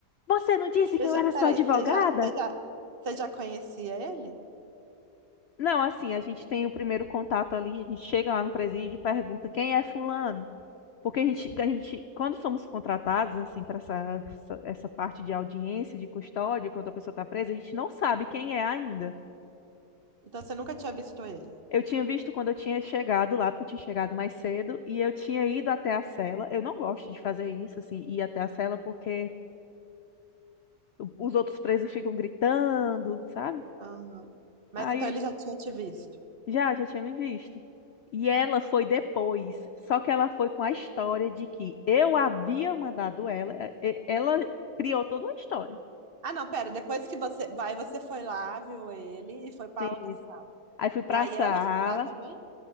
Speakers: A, on the left; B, on the right.
A: Você não disse
B: Você
A: que eu
B: já-
A: era
B: Peraí,
A: sua advogada?
B: você já, você já, você já conhecia ele?
A: Não, assim, a gente tem o primeiro contato ali, a gente chega lá no presídio e pergunta quem é fulano? Porque a gente, a gente, quando somos contratados, assim, para essa, essa, essa parte de audiência, de custódia, quando a pessoa está presa, a gente não sabe quem é ainda.
B: Então você nunca tinha visto ele?
A: Eu tinha visto quando eu tinha chegado lá, porque eu tinha chegado mais cedo, e eu tinha ido até a cela. Eu não gosto de fazer isso, assim, ir até a cela, porque o- os outros presos ficam gritando, sabe?
B: Ah, mas
A: Aí
B: então ele já tinha te visto.
A: já, já tinha me visto. E ela foi depois, só que ela foi com a história de que eu havia mandado ela, é, é, ela criou toda uma história.
B: Ah, não, pera, depois que você vai, você foi lá, viu ele e foi pra
A: Sim.
B: outra
A: isso.
B: sala.
A: Aí fui para
B: E aí
A: a sala,
B: ela foi lá também?